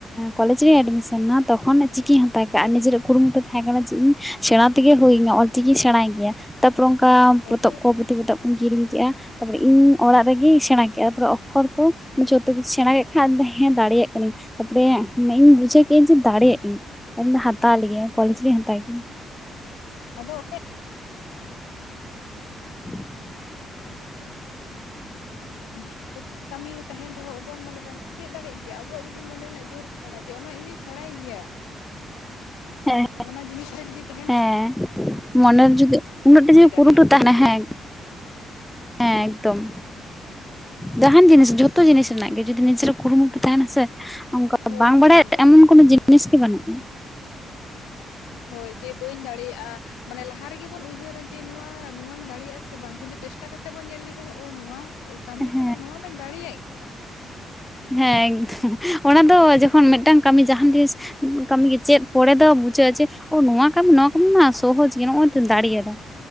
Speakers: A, in the centre; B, on the left (about 85°).
A: ᱠᱚᱞᱮᱡ ᱨᱤᱧ ᱮᱰᱢᱤᱥᱚᱱ ᱮᱱᱟ ᱛᱚᱠᱷᱚᱱ ᱪᱤᱠᱤᱧ ᱦᱟᱛᱟᱣ
B: ᱦᱳᱭ
A: ᱠᱟᱜᱼᱟ ᱱᱤᱡᱮᱨ ᱠᱩᱨᱩᱢᱩᱴᱩ ᱛᱟᱦᱮᱸ ᱠᱟᱱᱟ ᱡᱮ ᱤᱧ ᱥᱮᱬᱟ ᱛᱮᱜᱮ ᱦᱩᱭ ᱤᱧᱟᱹ ᱚᱞᱪᱤᱠᱤᱧ ᱥᱮᱬᱟᱭ ᱜᱮᱭᱟ ᱛᱟᱯᱚᱨᱮ ᱚᱝᱠᱟ
B: ᱦᱳᱭ
A: ᱯᱚᱛᱚᱵ
B: ᱦᱳᱭ
A: ᱠᱚ ᱯᱩᱛᱷᱤ ᱯᱚᱛᱚᱵ ᱠᱩᱧ ᱠᱤᱨᱤᱧ ᱠᱮᱫᱼᱟ ᱛᱟᱨᱯᱚᱨᱮ ᱤᱧ ᱚᱲᱟᱜ
B: ᱦᱳᱭ
A: ᱨᱮᱜᱤᱧ ᱥᱮᱬᱟ ᱠᱮᱜᱟ ᱛᱟᱨᱯᱚᱨᱮ ᱚᱠᱷᱚᱲ ᱠᱩ ᱡᱚᱛᱚ ᱠᱤᱪᱷᱩ ᱥᱮᱬᱟ ᱠᱮᱫ ᱠᱷᱟᱡ ᱦᱮᱸ ᱫᱟᱲᱮᱭᱟᱜ ᱠᱟᱹᱧ ᱛᱟᱯᱚᱨ ᱢᱟᱱᱮ ᱤᱧ ᱵᱩᱡᱷᱟᱹᱣ ᱠᱮᱜ ᱤᱧ ᱡᱮ ᱫᱟᱲᱮᱭᱟᱜ ᱟᱹᱧ ᱟᱹᱞᱤᱧ ᱫᱚ ᱦᱟᱛᱟᱣ ᱞᱮᱜ ᱠᱚᱞᱮᱡᱽ ᱞᱤᱧ ᱦᱟᱛᱟᱣ ᱠᱮ ᱦᱩ
B: ᱟᱫᱚ
A: <inaudible>
B: <unintelligible> ᱠᱟᱹᱢᱤ ᱛᱟᱦᱮᱱ ᱨᱮᱦᱚᱸ ᱟᱵᱚᱱ ᱢᱟᱱᱮ ᱵᱚᱱ ᱪᱮᱫ ᱫᱟᱲᱮᱭᱟᱜ ᱜᱮᱭᱟ ᱟᱵᱚᱣᱟᱜ ᱡᱩᱫᱤ ᱢᱚᱱᱮ ᱨᱮᱱᱟᱜ ᱡᱳᱨ ᱛᱟᱦᱮᱱᱟ ᱡᱮ ᱚᱱᱟ ᱤᱧᱫᱚᱧ ᱥᱮᱬᱟᱭ ᱜᱮᱭᱟ
A: ᱦᱮᱸ
B: ᱚᱱᱟ ᱡᱤᱱᱤᱥ ᱛᱟᱦᱮᱸ
A: ᱦᱮᱸ ᱢᱚᱱᱮᱨ ᱡᱩᱫᱤ ᱩᱱᱟᱹᱜᱴᱟ
B: ᱪᱮᱫ ᱫᱟᱲᱮᱭᱟᱜᱼᱟ
A: ᱠᱩᱨᱩᱴᱩ ᱛᱟᱦᱮᱱᱟ ᱦᱮᱸ ᱦᱮᱸ ᱮᱠᱫᱚᱢ ᱡᱟᱦᱟᱱ ᱡᱤᱱᱤᱥ ᱡᱚᱛᱚ ᱡᱤᱱᱤᱥ ᱨᱮᱱᱟᱜ ᱜᱮ ᱡᱩᱫᱤ ᱱᱤᱡᱮᱨᱟᱜ ᱠᱩᱨᱩᱢᱩᱴᱩ ᱛᱟᱦᱮᱱᱟ ᱥᱮ ᱚᱱᱠᱟ
B: ᱦᱳᱭ
A: ᱵᱟᱝ
B: ᱦᱳᱭ
A: ᱵᱟᱲᱟᱭ
B: ᱦᱳᱭ
A: ᱮᱢᱚᱱ ᱠᱳᱱᱳ ᱡᱤᱱᱤᱥ ᱜᱮ ᱵᱟᱹᱱᱩᱜᱼᱟ
B: ᱦᱳᱭ ᱡᱮ ᱵᱟᱹᱧ ᱫᱟᱲᱮᱭᱟᱜᱼᱟ ᱢᱟᱱᱮ ᱞᱟᱦᱟ ᱨᱮᱜᱮ ᱵᱚᱱ ᱩᱭᱦᱟᱹᱨᱟ ᱡᱮ ᱱᱚᱣᱟ ᱱᱚᱣᱟᱧ ᱫᱟᱲᱮᱭᱟᱜᱼᱟ ᱥᱮ ᱵᱟᱝ ᱠᱤᱱᱛᱩ ᱪᱮᱥᱴᱟ ᱠᱟᱛᱮᱜ ᱵᱚᱱ ᱧᱮᱞ ᱞᱮᱠᱷᱟᱱ ᱚ ᱱᱚᱣᱟ ᱠᱟᱹᱢᱤ
A: ᱦᱮᱸ
B: ᱠᱟᱱᱟ ᱱᱚᱣᱟ ᱢᱟᱧ ᱫᱟᱲᱮᱭᱟᱜ ᱜᱮᱭᱟ
A: ᱦᱮᱸ ᱚᱱᱟ ᱫᱚ ᱡᱚᱠᱷᱚᱱ ᱢᱤᱫᱴᱟᱝ ᱠᱟᱹᱢᱤ ᱡᱟᱦᱟᱱ ᱡᱤᱱᱤᱥ ᱠᱟᱹᱢᱤ ᱜᱮ ᱪᱮᱫ ᱯᱚᱨᱮ ᱫᱚ ᱵᱩᱡᱷᱟᱹᱜᱼᱟ ᱡᱮ ᱛ ᱱᱚᱣᱟ ᱠᱟᱹᱢᱤ ᱱᱚᱣᱟ ᱠᱚᱢᱤ ᱢᱟ ᱥᱚᱦᱚᱡᱽ ᱜᱮ ᱱᱚᱜ ᱱᱚᱭ ᱛᱢ ᱫᱟᱲᱮᱭᱟᱫᱟ